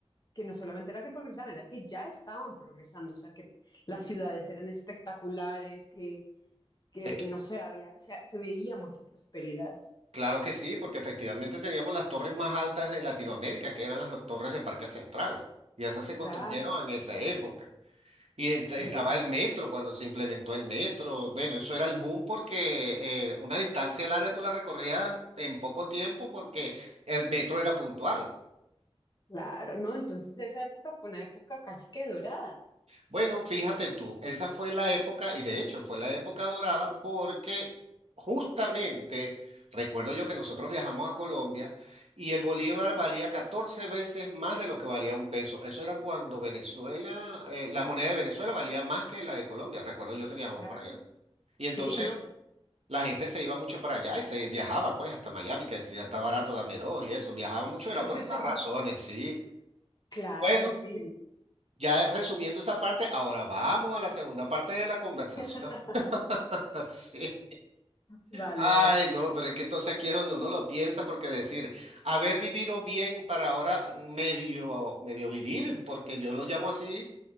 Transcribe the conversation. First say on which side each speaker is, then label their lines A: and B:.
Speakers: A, on the left; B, on the right.
A: que no solamente era que progresaban, era que ya estaban progresando, o sea, que las ciudades eran espectaculares, que, que
B: Es que-
A: no sé, había, se, se veía mucha prosperidad.
B: claro que sí, porque efectivamente teníamos las torres más altas de Latinoamérica, que eran las torres de Parque Central, y esas se construyeron
A: Claro,
B: en esa época. Y ent- estaba
A: ya,
B: el metro cuando se implementó el metro. Bueno, eso era el boom porque eh, una distancia larga tú la recorrías en poco tiempo porque el metro era puntual.
A: claro, ¿no? Entonces esa época fue una época casi que dorada.
B: Bueno, fíjate tú, esa fue la época, y de hecho fue la época dorada porque justamente recuerdo yo que nosotros viajamos a Colombia y el bolívar valía 14 veces más de lo que valía un peso. Eso era cuando Venezuela, eh, la moneda de Venezuela valía más que la de Colombia. Recuerdo yo que viajamos
A: Claro.
B: para allá. Y
A: Sí,
B: entonces
A: ¿no? pues,
B: la gente se iba mucho para allá y se viajaba pues hasta Miami, que decía está barato, dame dos y eso. Viajaba mucho, era
A: <laughs>
B: por esas razones, sí.
A: Claro,
B: Bueno.
A: sí.
B: Ya resumiendo esa parte, ahora vamos a la segunda parte de la conversación.
A: <laughs>
B: <laughs> Así.
A: Vale,
B: Ay,
A: dale.
B: no, pero es que entonces aquí es donde uno lo piensa, porque decir, haber vivido bien para ahora medio, medio vivir, porque yo lo llamo así,